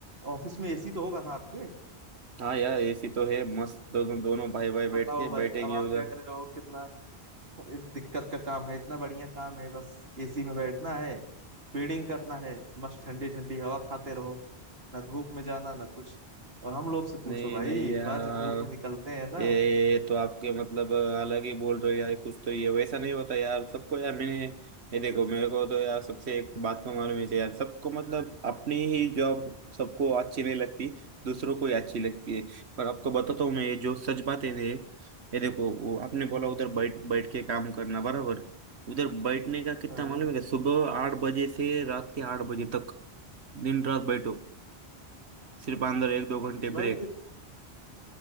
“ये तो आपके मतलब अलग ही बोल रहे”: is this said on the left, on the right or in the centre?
Right